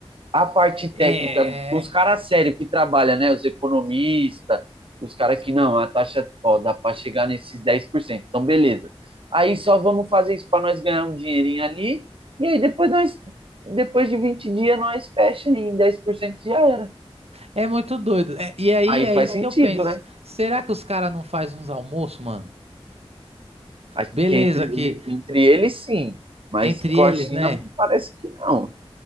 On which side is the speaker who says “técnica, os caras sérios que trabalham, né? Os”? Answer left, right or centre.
Right